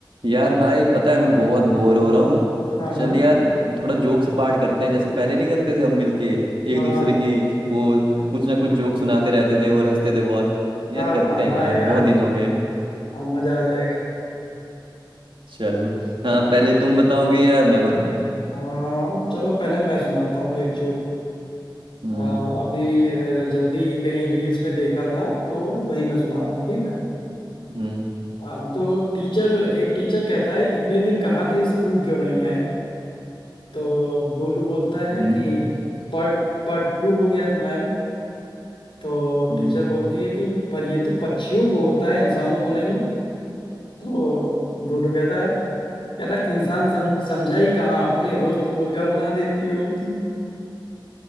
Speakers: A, on the right (about 90°); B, on the left (about 90°).
A: यार भाई पता है मैं बहुत बोर हो रहा हूँ
B: हाँ
A: चल
B: हाँ
A: यार थोड़ा जोक्स पार्ट करते हैं जैसे पहले नहीं करते थे हम मिलके
B: हाँ
A: एक दूसरे की वो कुछ ना कुछ जोक सुनाते रहते थे और हंसते थे बहुत यार
B: हाँ
A: करते
B: हाँ
A: हैं
B: हाँ
A: यार
B: यार
A: बहुत दिन हो गए
B: हाँ, मजा आ जाएगा
A: चलो हाँ
B: हाँ
A: पहले तुम बताओगे या मैं बताऊँ
B: हाँ, चलो पहले मैं सुनाता हूँ एक जोक
A: हम्म
B: आ, अभी अ, जल्दी कहीं रील्स में देखा था तो वही मैं सुना रहा हूँ ठीक है
A: हम्म
B: आ, तो टीचर एक टीचर कहता है इतने दिन कहाँ थे स्कूल क्यों नहीं आए तो गोलू बोलता
A: हम्म
B: है कि बर्ड बर्ड फ्लू हो गया था मैम तो
A: हम्म।
B: टीचर बोलती है कि पर ये तो पक्षियों को होता है इंसानों को नहीं तो गोलू कहता है यार इंसान सम, समझा ही कहाँ आपने रोज तो मुर्गा बना देती हो